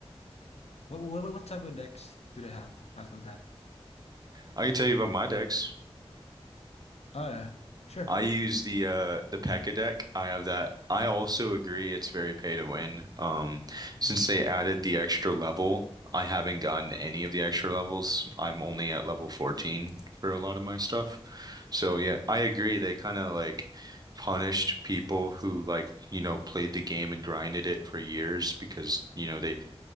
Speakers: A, on the left (about 85°); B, on the right (about 40°).
A: what, what what type of decks do they have? I forgot.
B: I can tell you about my decks.
A: Oh yeah, sure.
B: I use the uh the P.E.K.K.A deck. I have that. I also agree it's very pay to win. Um,
A: Mm-hmm.
B: since they added the extra level, I haven't gotten any of the extra levels. I'm only at level 14 for a lot of my stuff. So yeah, I agree. They kind of like punished people who like, you know, played the game and grinded it for years because, you know, they